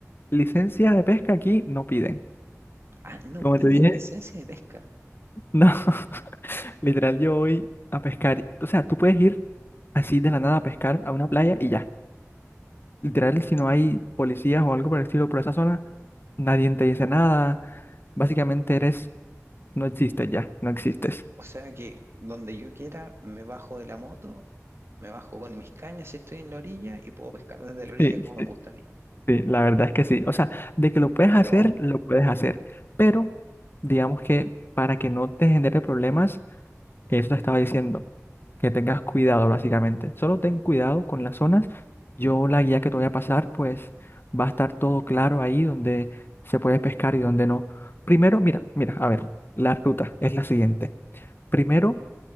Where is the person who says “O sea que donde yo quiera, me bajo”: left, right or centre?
Right